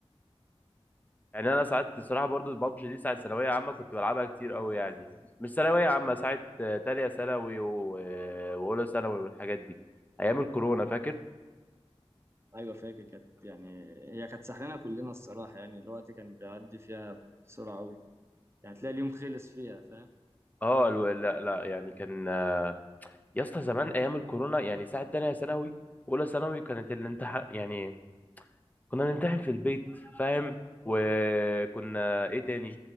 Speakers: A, on the left; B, on the right.
A: يعني انا ساعات الصراحة برضو البابجي دي ساعة ثانوية عامة كنت بلعبها كتير قوي يعني مش ثانوية عامة ساعة آه، تانية ثانوي و- واولى ثانوي والحاجات دي ايام الكورونا فاكر
B: ايوه فاكر كانت يعني هي كانت سحلانه كلنا الصراحه يعني الوقت كان بيعدي فيها بسرعه قوي يعني تلاقي اليوم خلص فيها فاهم
A: اه الو- لا لا يعني كان يا اسطى زمان ايام الكورونا يعني ساعه تانية ثانوي واولى ثانوي كانت الامتحان يعني كنا بنمتحن في البيت فاهم وكنا ايه تاني